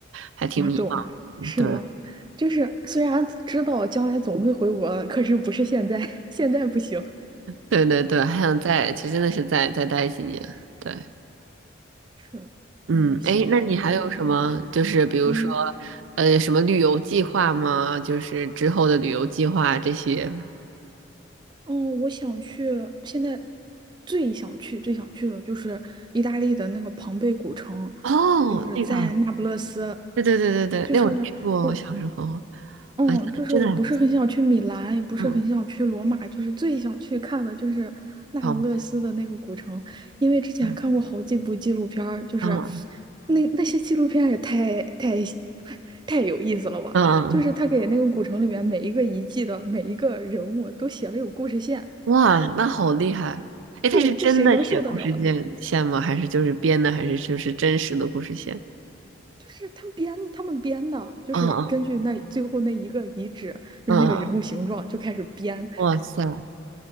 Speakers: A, on the right; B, on the right.
A: 还挺迷茫。
B: 我懂，是了，
A: 对
B: 就是虽然知道将来总会回国的可是不是现在，<laughs> 现在不行。
A: 对对对，还想再，其实真的是再再待几年。对，
B: 是的嗯，
A: 嗯，
B: 希望我们都能，
A: 哎，那你还有什么？就是比如说，
B: 嗯，
A: 呃，什么旅游计划吗？就是之后的旅游计划这些。
B: 哦，我想去，现在最想去、最想去的就是意大利的那个庞贝古城，
A: 哦，
B: 就是在那不勒斯，
A: 那个。对对对对对，
B: 就是。
A: 那我去过，
B: 我。
A: 我小时候
B: 嗯，
A: 好像真的还不错。
B: 就是我不是很想去米兰，也不是很想去罗马，
A: 嗯，
B: 就是最想去看的就是那不勒斯的那个古城，
A: 嗯，步，
B: 因为之前看过好几部纪录片儿就是
A: 嗯嗯
B: 那那些纪录片也太太 <laughs> 太有意思了吧！
A: 嗯，嗯
B: 就是他给那个古城里面每一个遗迹的每一个人物都写了有故事线，
A: 哇，那好厉害！哎，他是真的写故事线线吗？
B: 对，这谁能受得了呢？
A: 还是就是编的？还是就是真实的故事线？
B: 就是他们编，他们编的，就是根据那最后那一个遗址，
A: 嗯嗯嗯嗯，
B: 就是那个人物形状就开始编，
A: 哇塞，